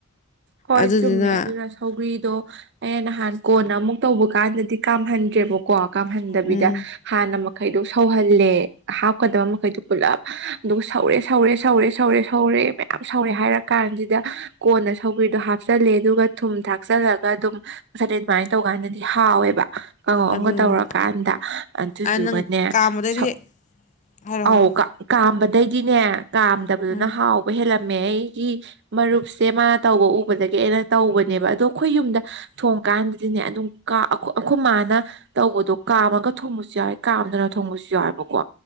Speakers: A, on the right (about 55°); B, on the left (about 35°).
A: ꯍꯣꯏ
B: ꯑꯗꯨꯗꯨꯅ
A: ꯆꯨꯝꯃꯦ ꯑꯗꯨꯅ ꯁꯧꯒ꯭ꯔꯤꯗꯣ ꯑꯩꯅ ꯅꯍꯥꯟ ꯀꯣꯟꯅ ꯑꯃꯨꯛ ꯇꯧꯕ ꯀꯥꯟꯗꯗꯤ ꯀꯥꯝꯍꯟꯗ꯭ꯔꯦꯕꯀꯣ ꯀꯥꯝꯍꯟꯗꯕꯤꯗ
B: ꯎꯝ
A: ꯍꯥꯟꯅ ꯈꯩꯗꯣ ꯁꯧꯍꯜꯂꯦ ꯍꯥꯞꯀꯗꯕ ꯃꯈꯩꯗꯨ ꯄꯨꯂꯞ ꯑꯗꯨꯒ ꯁꯧꯔꯦ ꯁꯧꯔꯦ ꯁꯧꯔꯦ ꯁꯧꯔꯦ ꯁꯧꯔꯦ ꯃꯌꯥꯝ ꯁꯧꯔꯦ ꯍꯥꯏꯔ ꯀꯥꯟꯁꯤꯗ ꯀꯣꯟꯅ ꯁꯧꯒ꯭ꯔꯤꯗꯣ ꯍꯥꯞꯆꯤꯜꯂꯦ ꯑꯗꯨꯒ ꯊꯨꯝ ꯊꯥꯛꯆꯜꯂꯒ ꯑꯗꯨꯝ ꯃꯁꯥꯗꯤ ꯑꯗꯨꯃꯥꯏꯅ ꯇꯧꯀꯥꯟꯗꯗꯤ ꯍꯥꯎꯋꯦꯕ ꯀꯥꯡꯉꯩ ꯑꯝꯒ
B: ꯑꯗꯨꯅꯤ
A: ꯇꯧꯔꯀꯥꯟꯗ ꯑꯗꯨꯗꯨꯒꯅꯦ
B: ꯑ ꯅꯪ ꯀꯥꯝꯕꯗꯩꯗꯤ
A: ꯁꯧ
B: ꯍꯥꯏꯔꯣ ꯍꯥꯏꯔꯣ
A: ꯑꯧ ꯀꯥꯝꯕ ꯗꯩꯗꯤꯅꯦ ꯀꯥꯝꯗꯕꯗꯨꯅ
B: ꯑꯥ
A: ꯍꯥꯎꯕ ꯍꯦꯜꯂꯝ ꯃꯦ ꯑꯩꯒꯤ ꯃꯔꯨꯨꯞꯁꯦ ꯃꯥ ꯇꯧꯕ ꯎꯕꯗꯒꯤ ꯑꯩꯅ ꯇꯧꯕꯅꯦꯕ ꯑꯗꯨ ꯑꯩꯈꯣꯏ ꯌꯨꯝꯗ ꯊꯣꯡꯀꯥꯟꯗ ꯑꯗꯨꯅꯦ ꯑꯗꯨꯝ ꯀꯥ ꯑꯈꫭ ꯑꯩꯈꯣꯏ ꯃꯥꯅ ꯇꯧꯕꯗꯣ ꯀꯥꯝꯃꯒ ꯊꯣꯡꯕꯁꯨ ꯌꯥꯎꯋꯦ ꯀꯥꯝꯗꯅ ꯊꯣꯡꯕꯁꯨ ꯌꯥꯎꯋꯦꯕꯀꯣ